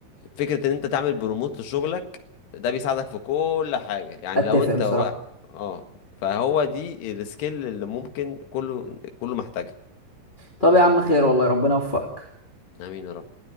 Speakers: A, on the left; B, on the left.
A: فكره ان انت تعمل بروموت لشغلك ده بيساعدك في كل حاجه يعني
B: اتفق
A: لو انت
B: بصراحة
A: و... اه فهو دي السكيل اللي ممكن كله كله محتاجها
B: طب يا عم خير والله ربنا يوفقك
A: امين يا رب